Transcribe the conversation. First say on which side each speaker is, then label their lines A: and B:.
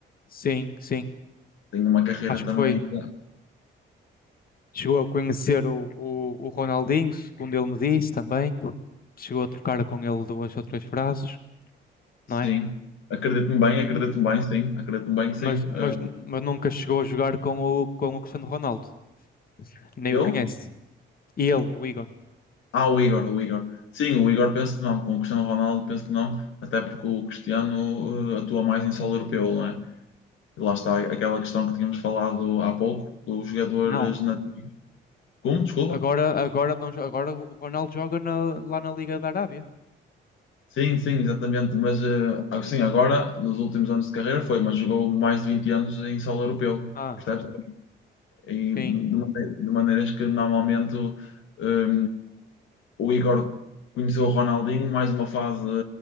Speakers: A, on the left; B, on the left.
A: Sim, sim.
B: tem uma carreira
A: Acho
B: também
A: que foi.
B: eh,
A: Chegou a conhecer o, o, o Ronaldinho, segundo ele me disse também. Chegou a trocar com ele duas ou três frases, não
B: Sim,
A: é?
B: acredito-me bem, acredito-me
A: M-
B: bem, sim, acredito-me bem que sim.
A: Mas, mas,
B: Eh,
A: mas nunca chegou a jogar com o, com o Cristiano Ronaldo. Nem
B: eu?
A: o conhece. E ele, o Igor.
B: Ah, o Igor, o Igor. Sim, o Igor penso que não, com o Cristiano Ronaldo penso que não, até porque o Cristiano eh, atua mais em solo europeu, não é? E lá está aquela questão que tínhamos falado há pouco, os jogadores
A: Não.
B: nativos. Como? Desculpa?
A: Agora, agora, não, jo- agora o Ronaldo joga na- lá na Liga da Arábia.
B: Sim, sim, exatamente, mas eh, assim, agora, nos últimos anos de carreira foi, mas jogou mais de 20 anos em solo europeu,
A: Ah,
B: percebes? E
A: sim.
B: de, de mane- de maneiras que normalmente. ah, o Igor conheceu o Ronaldinho, mais uma fase